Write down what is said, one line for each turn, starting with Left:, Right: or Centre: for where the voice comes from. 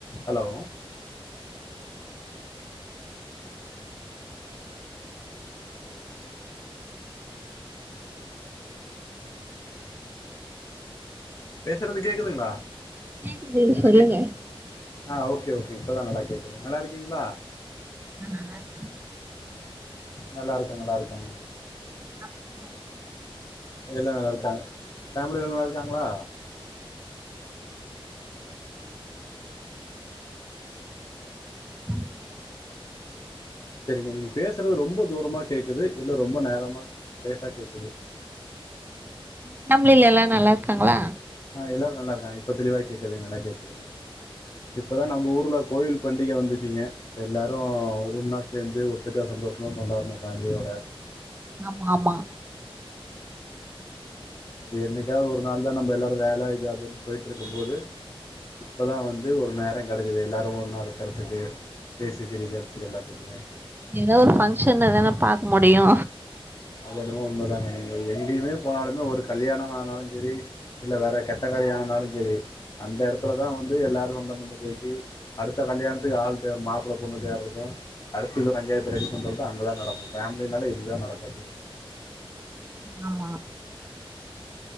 Left: hello பேசுறது கேக்குதுங்ளா
Right: கேக்குது
Left: எதுவுமு
Right: சொல்லுங்க
Left: கேக்கல ஆ ஓகே ஓகே இப்பதா நல்லா கேக்குது நல்லா இருக்கீங்ளா
Right: நா நல்லாருக்கே
Left: நல்லாருக்க நல்லாருக்கேங்க
Right: <inaudible>
Left: எல்லா நல்லா இருக்காங்க ஃபேமிலி எல்லா நல்லா இருக்காங்ளா
Right: <inaudible>
Left: செரிங்க நீங்க பேசுறது ரொம்ப தூரமா கேக்குது இல்ல ரொம்ப நேரமா லேட்டா கேக்குது
Right: ஃபேம்லில எல்லா நல்லா இருக்காங்களா
Left: ஆ எல்லாரு நல்லாருக்காங்க இப்ப தெளிவா கேக்குது நல்லா கேக்குதுங்க இப்பதா நம்ம ஊர்ல கோயில் பண்டிக வந்துச்சுங்க எல்லாரு ஒன்னா சேந்து ஒத்துக்கா சந்தோஷமா கொண்டாடுனோ ஃபேமிலியோட
Right: ஆமா ஆமா
Left: நம்ப என்னைக்காவ்து ஒரு நாள் தா நம்ப எல்லாரு வேல இது அதுன்னு போயிட்டு இருக்கும் போது இப்பதா வந்து ஒரு நேரோ கெடச்சிது எல்லாரு ஒன்னா இருக்கறதுக்கு பேசி சிரிக்கறதுக் எல்லாத்துக்குமே
Right: எதோ ஒரு ஃபங்க்ஷன் எதனா பாக்க முடியு
Left: அத என்னமோ உண்மதாங்க நீங்க எங்கயுமே போனாலுமே ஒரு கல்யாணோமானாலு சரி இல்ல வேற கெட்ட காரியோ ஆனாலு சரி அந்த எடத்துலதா வந்து எல்லாரு சொந்த பந்தம் பேசி அடுத்த கல்யாணத்துக்கு ஆள் தே மாப்ள பொண்ணு தேட்றது அடுத்தது பஞ்சாயத்து ரெடி பண்றது அங்கதா நடக்கு ஃபேமிலினால இதுதா நடக்கு அப்டின்னு
Right: ஆமா